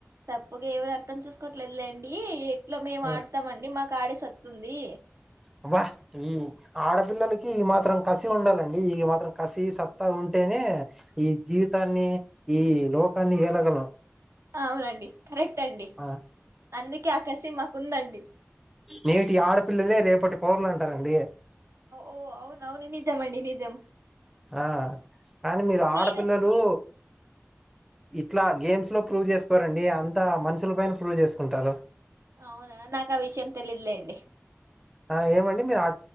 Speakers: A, on the right; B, in the centre.
A: తప్పుగా ఎవరు అర్థం చూసుకోట్లేదులేండి ఇ ఇంట్లో మేము
B: ఆ
A: ఆడతామండి మాకు ఆడే సత్తుంది
B: అబ్బ ఈ ఆడపిల్లలకి ఈ మాత్రం కసి ఉండాలండి ఈ మాత్రం కసి సత్తా ఉంటేనే ఈ జీవితాన్ని ఈ లోకాన్ని ఏలగలం
A: అవునండి కరెక్ట్ అండి
B: ఆ
A: అందుకే ఆ కసిమ ఉందండి
B: నేటి ఆడపిల్లలే రేపటి పౌరులు అంటారండి
A: ఓ అవును అవును నిజం అండి నిజం
B: ఆ కానీ మీరు
A: మీరే
B: ఆడపిల్లలు ఇట్లా గేమ్స్ లో ప్రూవ్ చేసుకోరండి అంతా మనుషుల పైన ప్రూవ్ చేసుకుంటారు
A: అవునా నాకు ఆ విషయం తెలిదులేండి
B: ఆ ఏమండి మీరు ఆ